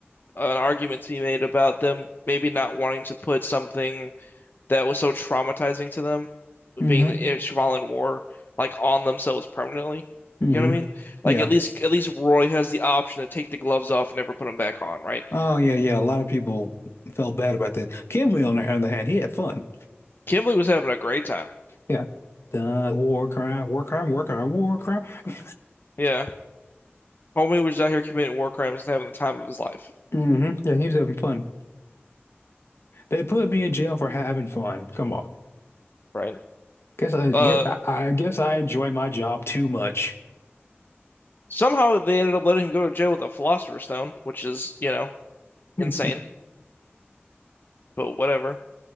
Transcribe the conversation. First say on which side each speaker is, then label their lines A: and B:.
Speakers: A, on the left; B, on the left.
A: an argument to be made about them maybe not wanting to put something that was so traumatizing to them,
B: hmm
A: being the involved war, like on themselves permanently.
B: hmm
A: You know what I mean?
B: Yeah.
A: Like at least at least Roy has the option to take the gloves off and never put them back on, right?
B: Oh yeah, yeah. A lot of people felt bad about that. Kimberly, on the other hand, he had fun.
A: Kimberly was having a great time.
B: Yeah. The war crime, war crime, war crime, war crime. <laughs>
A: Yeah. Homie was out here committing war crimes and having the time of his life,
B: hmm Yeah, he was having fun. They put me in jail for having fun. Come on.
A: right?
B: Guess I get
A: Uh,
B: I, I guess I enjoy my job too much.
A: somehow they ended up letting him go to jail with a philosopher's stone, which is, you know,
B: <laughs>
A: insane.
B: I
A: but whatever.